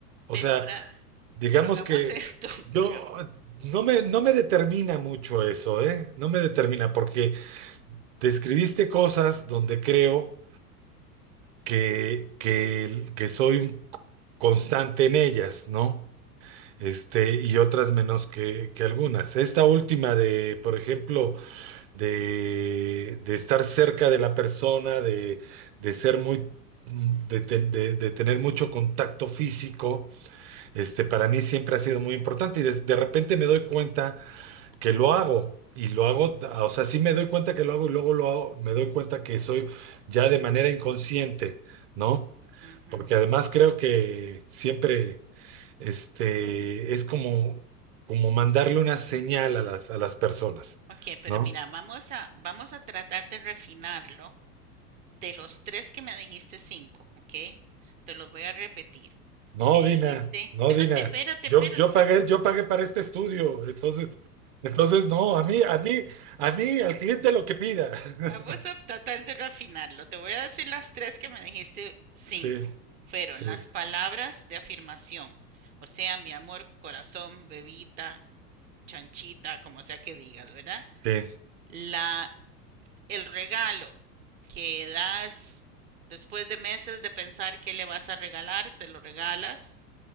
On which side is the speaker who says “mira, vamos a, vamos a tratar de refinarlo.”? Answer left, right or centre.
Right